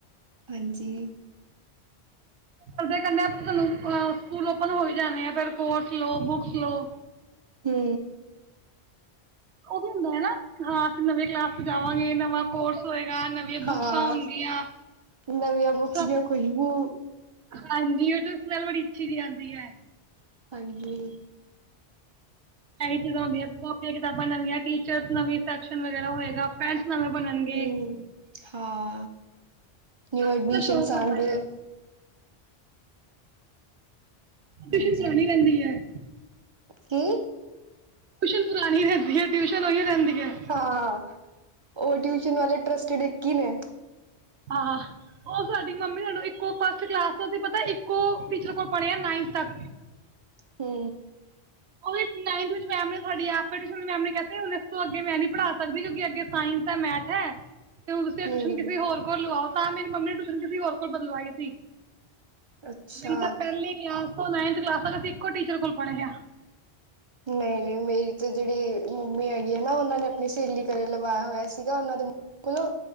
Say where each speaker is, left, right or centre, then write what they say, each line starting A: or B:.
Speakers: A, on the right; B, on the right.
A: ਹਾਂਜੀ
B: ਉਹਦੇ ਕ ਤੁਹਨੂੰ ਅਹ, ਸਕੂਲ ਓਪਨ ਹੋ ਵੀ ਜਾਂਣੇ ਆ ਫਿਰ ਕੋਰਸ ਲੋ ਬੁੱਕਸ ਲੋਓ।
A: ਹੂੰ
B: ਉਹ ਵੀ ਹੁੰਦਾ ਹੈਾ ਹਾਂ ਅਸੀਂ ਨਵੇਂ ਕਲਾਸ ਚ ਜਾਵਾਂਗੇ ਨਵਾਂ ਕੋਰਸ ਹੋਏਗਾ। ਨਵੀਆਂ ਬੁੱਕਸਾਂ
A: ਹਾਂ
B: ਹੋਣਗੀਆਂ
A: ਨਵੀਆ ਬੁੱਕਸ
B: ਸਭ
A: ਦੀ ਖੁਸ਼ਬੂ
B: ਹਾਂਜੀ ਉਹ ਤੇ ਸਮੈਲ ਬੜੀ ਅੱਛੀ ਜੀ ਆਦੀ ਐ।
A: ਹਾਂਜੀ
B: ਇਹੀ ਚੀਜ਼ਾਂ ਹੁੰਦੀਆਂ ਕਾਪੀਆਂ ਕਿਤਾਬਾਂ ਨਵੀਆਂ ਟੀਚਰਸ ਨਵੀਂ ਸੈਕਸ਼ਨ ਵਗੈਰਾ ਹੋਏਗਾ ਨਵੇਂ ਬਣਨਗੇ
A: ਹੂੰ ਹਾਂ
B: ਸਭ
A: ਨਿਉ ਐਡਮਿਸ਼ਨ
B: ਦਾ ਸ਼ੌਕ ਹੁੰਦਾ
A: ਆਣਗੇ।
B: ਹੈ
A: ਹਾਂਜੀ
B: ਟਿਊਸ਼ਨ ਕਰਣੀ ਪੈਂਦੀ ਹੈ।
A: ਕੀ
B: ਟਿਊਸ਼ਨ ਪੁਰਾਣੀ ਰਹਿੰਦੀ ਹੈ ਟਿਊਸ਼ਨ ਉਹੀ ਰਹਿੰਦੀ। ਆ ਹੈ
A: ਹਾਂ ਉਹ ਟਿਊਸ਼ਨ ਵਾਲੇ ਟਰਸਟਡ ਇੱਕ ਹੀ ਨੇ
B: ਆਹੋ ਉਹ ਸਾਡੀ ਮੰਮੀ ਸਾਨੂੰ ਇੱਕੋ ਫਸਟ ਕਲਾਸ ਤੋਂਂ ਪਤਾ ਇੱਕੋ ਟੀਚਰ ਕੋਲ ਪੜ੍ਹੇ ਆ ਨਾਈਨਥ ਤੱਕ
A: ਹੂੰ
B: ਉਹੀ ਮੈ ਆਪ ਹਣ ਇਸ ਤੋਂ ਅੱਗੇ ਮੈਂ ਨਹੀਂ ਪੜ੍ਹਾ ਸਕਦੀ ਕਿਉਕਿ ਸਾਇੰਸ ਹੈ ਮੈਥ ਹੈ। ਤੇ ਹੁਣ ਤੁਸੀਂ
A: ਹਮ
B: ਟਿਸ਼ਨ ਕਿਸੇ ਹੋਰ ਕੋਲ ਲਗਾਓ, ਤਾਂ ਮੇਰੀ ਮੰਮੀ ਨੇ ਟਊਸ਼ਨ ਕਿੇ ਹੋਰ ਕੋਲ ਬਦਲਵਾਈ ਸੀ
A: ਅੱਛਾ
B: ਨਹੀਂ ਤਾਂ ਪਹਿਲੀ ਕਲਾਸ ਉਹ ਨਾਈਨਥ ਕਲਾਸ ਤੱਕ ਅਸੀਂ ਇੱਕੋ ਟੀਚਰ ਕੋਲ ਪੜੇ ਆ
A: ਨਹੀਂ ਨਹੀਂ ਮੇਰੀ ਤੇ ਜਿਹੜੀ ਮੰਮੀ ਹੈਗੀ ਹੈ ਨਾ ਉਹਨਾਂ ਨੇ ਆਪਣੀ ਸਹੇਲੀ ਘਰੇ ਲਵਾਇਆ ਹੋਇਆ ਸੀਗਾ ਉਹਨਾਂ ਦੇ ਕੋਲੋਂ